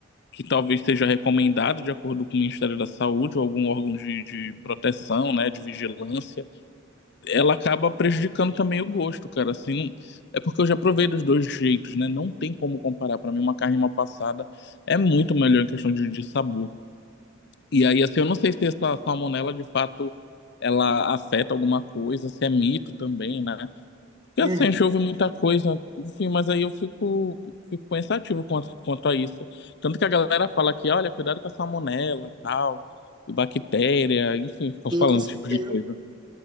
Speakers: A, on the left; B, on the right.
A: que talvez seja recomendado de acordo com o Ministério da Saúde ou algum órgão de, de proteção, né, de vigilância, ela acaba prejudicando também o gosto, cara. Assim, não- é porque eu já provei dos dois jeitos, né? Não tem como comparar. Para mim, uma carne mal passada é muito melhor em questão de, de sabor. E aí, assim, eu não sei se essa salmonela de fato ela afeta alguma coisa, se é mito também, né? Porque
B: uhum,
A: assim, a gente ouve muita coisa, enfim, mas aí eu fico, fico pensativo quanto, quanto a isso. Tanto que a galera fala que, olha, cuidado com a salmonela, tal, e bactéria, enfim, ficam
B: sim,
A: falando
B: com certeza.
A: esse tipo de coisa.